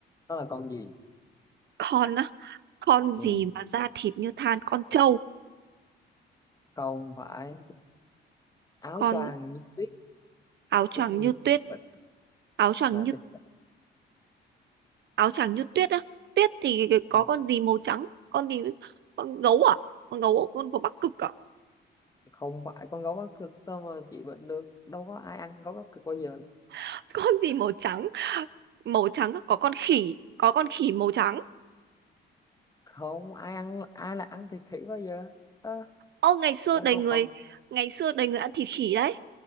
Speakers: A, on the left; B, on the right.
A: nó là con gì
B: con á con gì
A: ừ.
B: mà da thịt như than con trâu
A: không phải áo
B: con
A: choàng như tuyết
B: áo choàng
A: giúp người
B: như tuyết,
A: bệnh
B: áo choàng
A: mà
B: như
A: tình trạng
B: áo choàng như tuyết á, tuyết thì có
A: mà
B: con gì màu trắng? Con gì con gấu à? Con gấu con của Bắc Cực à?
A: không phải con gấu quá cực sao mà chị bệnh được đâu có ai ăn gấu quá cực bao giờ
B: <laughs> Con gì màu trắng? Màu trắng á, có con khỉ, có con khỉ màu trắng.
A: không ai ăn ai là ăn thịt khỉ bao giờ Ơ,
B: Ô ngày xưa
A: đó
B: đầy
A: đúng không
B: người,
A: con
B: ngày xưa đầy người ăn thịt khỉ đấy.